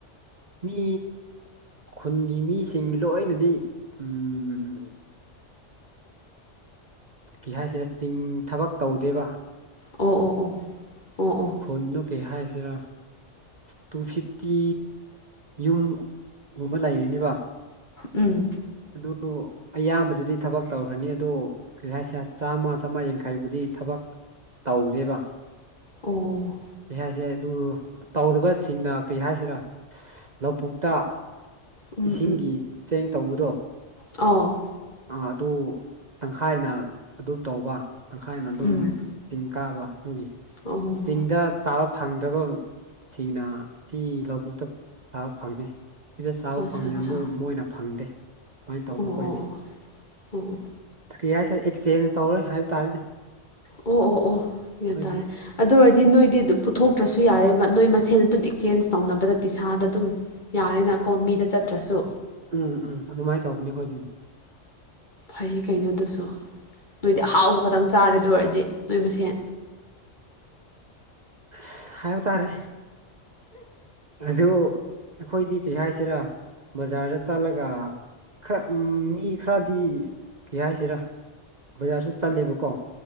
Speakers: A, on the right; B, on the left.
A: ꯃꯤ ꯈꯨꯟꯒꯤ ꯃꯤꯁꯤꯡ ꯂꯣꯏꯅꯗꯤ ꯎꯝ ꯀꯩ ꯍꯥꯏꯁꯤꯔ ꯆꯤꯡ ꯊꯕꯛ ꯇꯧꯗꯦꯕ
B: ꯑꯣ ꯑꯣ ꯑꯣ ꯑꯣ ꯑꯣ
A: ꯈꯨꯟꯗꯨ ꯀꯩ ꯍꯥꯏꯁꯤꯔꯥ ꯇꯨ ꯐꯤꯐꯇꯤ ꯌꯨꯝꯒꯨꯝꯕ ꯂꯩꯔꯅꯦꯕ
B: ꯎꯝ
A: ꯑꯗꯨ ꯑꯌꯥꯝꯕꯗꯗꯤ ꯊꯕꯛ ꯇꯧꯈ꯭ꯔꯅꯤ ꯑꯗꯣ ꯀꯔꯤ ꯍꯥꯏꯁꯤꯔ ꯆꯥꯝꯃ ꯆꯥꯝꯃ ꯌꯥꯡꯈꯩꯕꯨꯗꯤ ꯊꯕꯛ ꯇꯧꯗꯦꯕ
B: ꯑꯣ
A: ꯀꯔꯤ ꯍꯥꯏꯁꯤꯔ ꯑꯗꯨ ꯇꯧꯗꯕꯁꯤꯡꯅ ꯀꯔꯤ ꯍꯥꯏꯁꯤꯔꯥ ꯂꯧꯕꯨꯛꯇ
B: ꯎꯝ
A: ꯏꯁꯤꯡꯒꯤ ꯆꯦꯡ ꯇꯧꯕꯗꯣ
B: ꯑꯧ
A: ꯑ ꯑꯗꯨ ꯇꯪꯈꯥꯏꯅ ꯑꯗꯨ ꯇꯧꯕ ꯇꯪꯈꯥꯏꯅ ꯑꯗꯨꯝ
B: ꯎꯝ
A: ꯆꯤꯡ ꯀꯥꯕ ꯑꯗꯨꯒꯤ
B: ꯑꯣ ꯑꯣ
A: ꯆꯤꯡꯗ ꯆꯥꯕ ꯐꯪꯗꯕꯁꯤꯡꯅ ꯁꯤ ꯂꯧꯕꯨꯛꯇ ꯆꯥꯕ ꯐꯪꯉꯦ ꯁꯤꯗ ꯆꯥꯕ
B: ꯑꯠꯆꯥ
A: ꯐꯪꯖꯅꯨ
B: ꯑꯠꯆꯥ
A: ꯃꯣꯏꯅ ꯐꯪꯗꯦ ꯁꯨꯃꯥꯏꯅ ꯇꯧꯕ
B: ꯑꯣ
A: ꯑꯩꯈꯣꯏꯗꯤ
B: ꯑꯣ ꯑꯣ ꯎꯝ
A: ꯀꯔꯤ ꯍꯥꯏꯁꯤꯔ ꯑꯦꯛꯆꯦꯟꯖ ꯇꯧꯔꯦ ꯍꯥꯏꯕ ꯇꯥꯔꯦꯅꯦ ꯑꯩꯈꯣꯏꯗꯤ
B: ꯑꯣ ꯑꯣ ꯑꯣ ꯒ꯭ꯌꯥꯟ ꯇꯥꯔꯦ ꯑꯗꯨ ꯑꯣꯏꯔꯗꯤ ꯅꯣꯏꯗꯤ ꯑꯗꯨꯝ ꯄꯨꯊꯣꯛꯇ꯭ꯔꯁꯨ ꯌꯥꯔꯦꯕ ꯅꯣꯏ ꯃꯁꯦꯟ ꯑꯗꯨꯝ ꯑꯦꯛꯆꯦꯟꯖ ꯇꯧꯅꯕꯗ ꯄꯩꯁꯥꯗ ꯑꯗꯨꯝ ꯌꯥꯔꯦꯅꯀꯣ ꯃꯤꯗ ꯆꯠꯇ꯭ꯔꯁꯨ
A: ꯎꯝ ꯎꯝ ꯑꯗꯨꯃꯥꯏꯅ ꯇꯧꯕꯅꯤ ꯑꯈꯣꯏꯗꯤ
B: ꯐꯩ ꯀꯩꯅꯣꯗꯨꯁꯨ ꯅꯣꯏꯗꯤ ꯑꯍꯥꯎꯕ ꯈꯛꯇꯪ ꯆꯥꯔꯦ ꯑꯗꯨ ꯑꯣꯏꯔꯗꯤ ꯅꯣꯏ ꯃꯁꯦꯟ
A: ꯑꯁ ꯍꯥꯏꯕ ꯇꯥꯔꯦ ꯑꯗꯨ ꯑꯩꯈꯣꯏꯗꯤ ꯀꯩ ꯍꯥꯏꯁꯤꯔꯥ ꯕꯖꯥꯔꯗ ꯆꯠꯂꯒ ꯈꯔ ꯃꯤ ꯈꯔꯗꯤ ꯀꯩ ꯍꯥꯏꯁꯤꯔꯥ ꯕꯖꯥꯔꯁꯨ ꯆꯠꯂꯦꯕꯀꯣ